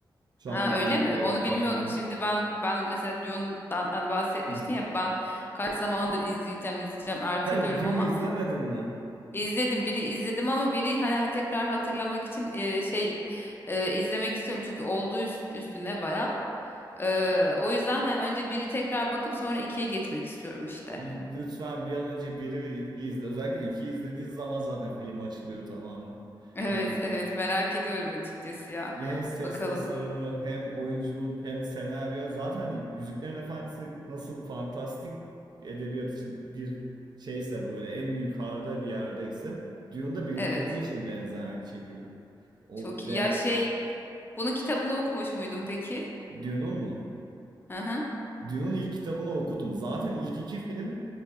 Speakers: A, on the right (about 55°); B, on the left (about 25°).
A: Şu
B: Ha
A: anda da
B: öyle
A: aynı
B: mi?
A: programda
B: Onu bilmiyordum.
A: aynen.
B: Şimdi ben ben mesela Dune'dan hani bahsetmiştin
A: <laughs>
B: ya ben kaç zamandır izleyeceğim izleyeceğim erteliyorum
A: Sen Dune'u
B: ama
A: izlemedin mi?
B: izledim. Biri izledim ama biri hani hani tekrar hatırlamak için e, şey e, izlemek istiyorum çünkü olduğu üst- üstüne baya. E, o yüzden hani önce biri tekrar bakıp sonra ikiye geçmek istiyorum işte.
A: L-
B: <laughs>
A: Lütfen bir an önce biri ve 2'yi izle. Özellikle 2'yi izlediğin zaman zaten film açılıyor tamamen.
B: Evet
A: Hani
B: evet merak ediyorum açıkçası ya.
A: hem ses
B: Bakalım.
A: tasarımı hem oyunculuk hem senaryo zaten hani Yüzüklerin Efendisi nasıl fantastik edebiyat için bir şeyse böyle en yukarıda bir yerdeyse Dune da bilim
B: Evet.
A: kurgu için benzer bir şekilde. O
B: Çok iyi.
A: değer
B: Ya şey bunun kitabını okumuş muydun peki?
A: Dune'un mu?
B: Hı hı.
A: Dune'un ilk kitabını okudum. Zaten ilk iki film